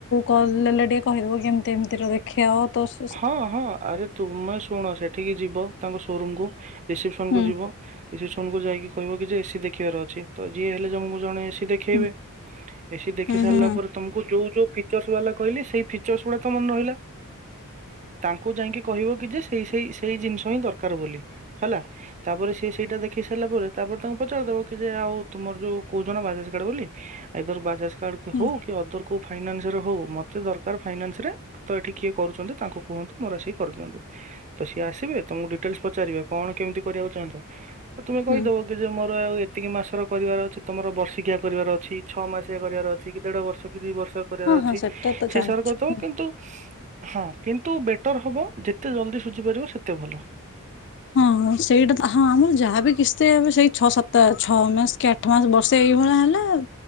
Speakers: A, on the left (about 55°); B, on the right (about 35°).
A: କଲ୍ ରେ ଟିକେ କହି ଦବ କି କେମତି ଏମିତିର କରି କ୍ଷୟ ତସ
B: ହଁ ହଁ। ଆରେ ତୁମେ ଶୁଣ। ସେଠିକି ଯିବ ତାଙ୍କ ସୋରୁମ୍ କୁୁ ରିସେପ୍ସନ୍
A: ହୁଁ
B: କୁ ଯିବ। ରିସେପ୍ସନ୍ ଯାଇକି କହିବ କି ଯେ ଏ ସିି ଦେଖିବାର ଅଛି। ତ ଯିଏ ହେଲେ ଜଣଙ୍କୁ ଜଣେ ଏ ସି ଦେ ଖିବେ।
A: ହୁଁ
B: ଏ ସି ଦେଖି
A: ହୁଁ
B: ସାରିଲା
A: ହୁଁ
B: ପରେ ତମକୁ ଯୋଉ ଯୋଉ ଫିଚର୍ସ ବାଲା କହିଲେ। ସେଇ ଫିଚର୍ସ ଗୁଡ଼ା ତ ମନେ ରହିଲା। ତାଙ୍କୁ ଯାଇଁକି କହିବ କି ଯେ ସେଇ ସେଇ ସେଇ ଜିନିଷ ହିଁ ଦରକାର୍ ବୋଲି ହେଲା। ତାପରେ ସେ ସେଇଟା ଦେଖେଇ ସାରିଲା ପରେ। ତାପରେ ତାଙ୍କୁ ପଚାରି ଦବ କି ଯେ ଆଉ ତୁମର ଯୋଉ କହୁଚ ନା ବାଜାଜ୍ କାର୍ଡ ବୋଲି। ଆଇ ଦର୍ ବାଜାଜ୍ କାର୍ଡ
A: ହୁଁ
B: ହୋଉ କି ଅଦର କୋଉ ଫାଇନାନ୍ସ ରେ ହୋଉ। ମତେ ଦରକାର ଫାଇନାନ୍ସ ରେ। ତ ଏଠି କିଏ କରୁଛନ୍ତି? ତାଙ୍କୁ କୁହନ୍ତୁ। ମୋର୍ ଆସିକି କରି ଦିଅନ୍ତୁ। ତ ସିଏ ଆସିବେ। ତମକୁ ଡିଟେଲସ୍ ପଚାରିବେ କଣ କେମିତି କରିବାକୁ ଚାହୁଁଛ? ତ ତମେ
A: ହୁଁ
B: କହିଦବ। ତୁ ଯେ ମୋର ଆଉ ଏତିକି ମାସର କରିବାର ଅଛି। ତମର ବର୍ଷିକିଆ କରିବାର ଅଛି। ଛଅ ମାସିକିଆ କରିବାର ଅଛି। କି ଦେଢ଼ ବର୍ଷ କି ଦି ବର୍ଷ କରିବାର
A: ହଁ
B: ଅଛି।
A: ହଁ ସେଟା ତ
B: ସେଇ
A: ଜାଣିଛି।
B: ହିସାବରେ କରିଦବ। କିନ୍ତୁ ହଁ। କିନ୍ତୁ ବେଟର୍ ହବ। ଯେତେ ଜଲ୍ଦି ସୁଝି ପାରିବ। ସେତେ ଭଲ।
A: ହଁ ହଁ। ସେଇଟା ତ ହଁ। ଆମର ଯାହାବି କିସ୍ତି ଆମେ ସେଇ ଛଅ ସାତ ଛଅ ମାସ୍ କି ଆ ଠ ମାସ ବର୍ଷେ ଏଇ ଭଳିଆ ହେଲେ